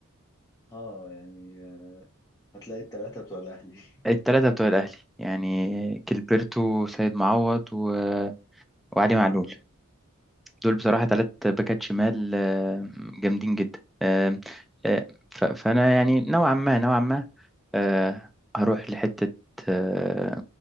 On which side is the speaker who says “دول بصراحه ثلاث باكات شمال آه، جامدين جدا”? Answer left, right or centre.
Centre